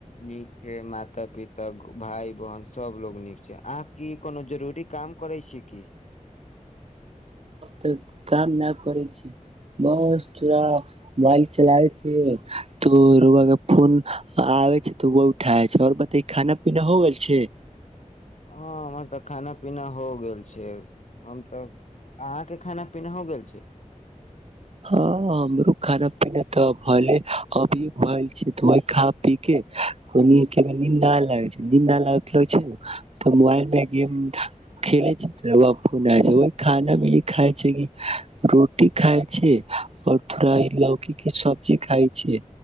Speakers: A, on the left (about 60°); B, on the right (about 50°).
A: नीक छै माता पिता भाय बहिन सभलो नीक छै अहाँ की कोनो जरूरी काम करै छी की
B: तऽ काम न करै छिय बस थोरा मोबाइल चलाबैत ह तऽ रोबा के फोन आबै छै तऽ बहुठए छै आओर ब तऽ ई खाना पीना हो गेल छै
A: हँ हमर तऽ खाना पीना हो गेल छै हम तऽ अहाँके खाना पीना हो गेल छै
B: हँ हमरो खाना पीना तऽ भ अभी भ छै तऽ ओहि खा पी के को नीन्दा ल निन्दा लागतल छै तऽ मोबाइल मे गेम खेले रौआ <unintelligible> खाना मे ई खााय छै रोटी खााय छै और फ्राई लौकी के सब्जी खाय छै